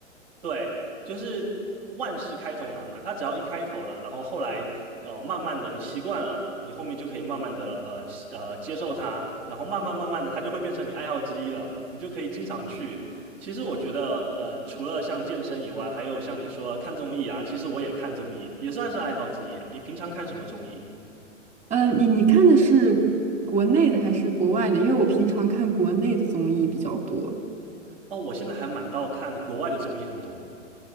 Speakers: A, on the right; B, on the right.
A: 对，就是万事开头难嘛，他只要一开头了，然后后来呃慢慢的你习惯了，你后面就可以慢慢的呃习呃接受它，然后慢慢慢慢的它就会变成你爱好之一了，你就可以经常去。其实我觉得呃除了像健身以外，还有像你说看综艺啊，其实我也看综艺，也算是爱好之一。你平常看什么综艺？
B: <laughs> 呃，你你看的是国内的还是国外的？因为我平常看国内的综艺比较多。
A: 哦，我现在还蛮到看国外的综艺很多。